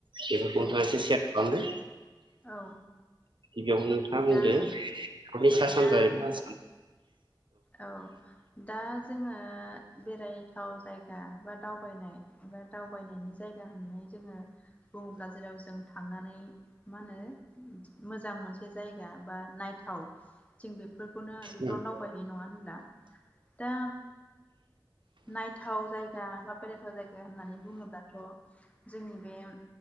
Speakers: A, on the right; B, on the left.
A: बेफो नोंथाङा
B: औ
A: एसे सेर खालामदो
B: औ
A: बेयावनो नोंथाङा बुंदो
B: दा
A: बिनि सा सानजा
B: दा
A: एबा
B: औ दा जोङो बेरायथाव जायगा बा दावबायनाय बा दावबायनायनि जायगा होननानै जोङो बुङोब्ला जेराव जों थांनानै मा होनो मोजां मोनसे जायगा बा नायथाव जों बेफोरखौनो
A: आसाम
B: बेफोराव दावबाय हैैयो नङा ब्ला दा नायथाव जायगा बा बेरायथाव जायगा होननानै बुङोब्लाथ' जोंनि बे